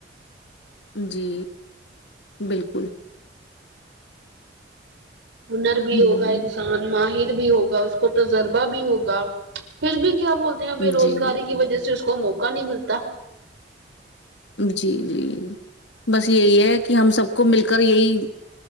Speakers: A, on the left; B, on the right.
A: جی بالکل
B: ہنر بھی
A: ہ
B: ہوگا انسان ماہر بھی ہوگا اس کو تجربہ بھی ہوگا پھر بھی کیا بولتے ہیں بے
A: جی
B: روزگاری کی وجہ سے اس کو موقع نہیں ملتا
A: جی جی بس یہی ہے کہ ہم سب کو مل کر یہی